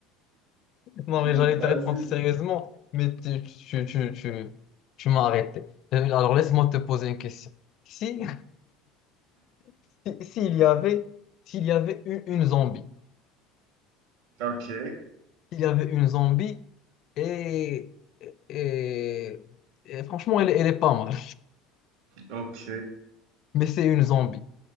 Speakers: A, on the left; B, on the right.
A: Non,
B: <laughs>
A: mais j'allais
B: Vas-y.
A: te répondre sérieusement, mais tu, tu, tu, tu, tu m'as arrêté. Euh, Alors, laisse-moi te poser une question. Si, <laughs> si- s'il y avait, s'il y avait une, une zombie,
B: Ok,
A: s'il y avait une zombie, et, et, et franchement, elle, est- elle est pas mal,
B: ok.
A: <laughs> mais c'est une zombie.